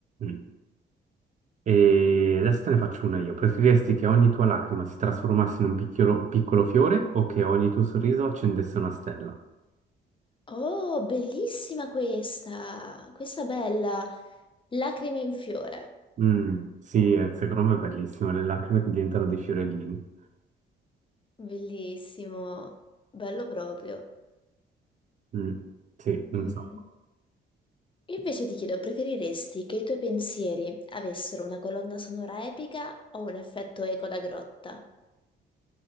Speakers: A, on the right (about 40°); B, on the left (about 25°).
A: Mm. E adesso te ne faccio una io. Preferiresti che ogni tua lacrima si trasformasse in un piccolo, piccolo fiore o che ogni tuo sorriso accendesse una stella?
B: Oh, bellissima questa! Questa bella! Lacrime in fiore.
A: Mm, sì, eh, secondo me è bellissimo, le lacrime che diventano dei fiorellini.
B: Bellissimo, bello proprio.
A: Mm, sì, non
B: Mm.
A: so.
B: Io Invece ti chiedo, preferiresti che i tuoi pensieri avessero una colonna sonora epica o un effetto eco da grotta?